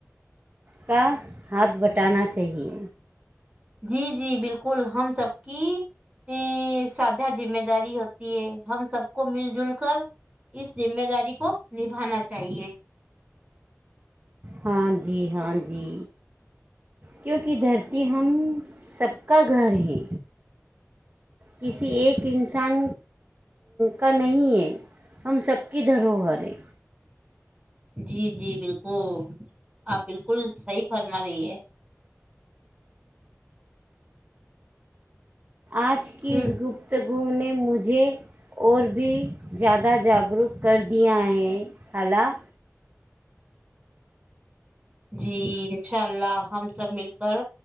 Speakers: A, on the right; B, on the right.
A: کا ہاتھ بٹانا چاہیے
B: جی جی بالکل ہم سب کی ا ساھا ذمہ داری ہوتی ہے ہم سب کو مل جل کر اس ذمے داری کو نبھانا چاہیے
A: ہاں جی ہاں جی کیونکہ دھرتی ہم سب کا گھر ہے کسی ایک ایک انسان کا نہیں ہے ہم سب کی دھروہر ہے
B: جی جی بالکل آپ بالکل صحیح فرما رہی ہے
A: آج کی
B: ام،
A: اس گپتگو نے مجھے اور بھی زیادہ جاگروک کر دی ہے کلا
B: جی انشاء اللہ ہم سب مل کر